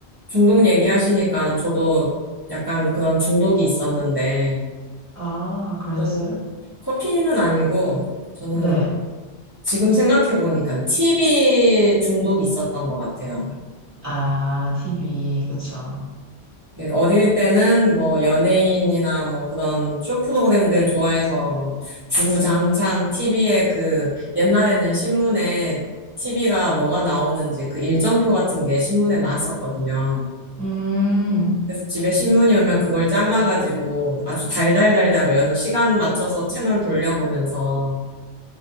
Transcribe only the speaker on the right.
중독 얘기하시니까 저도 약간 그런 중독이 있었는데,
저는 커피는 아니고, 저는
지금 생각해보니까 TV 중독이 있었던 것 같아요.
예, 어릴 때는 뭐 연예인이나 뭐 그런 쇼 프로그램들 좋아해서 뭐 주구장창 TV에 그 옛날에는 신문에 TV가 뭐가 나오는지 그 일정표 같은 게 신문에 나왔었거든요.
그래서 집에 신문이 오면 그걸 잘라가지고 아주 달달달달 외워서 시간 맞춰서 채널 돌려보면서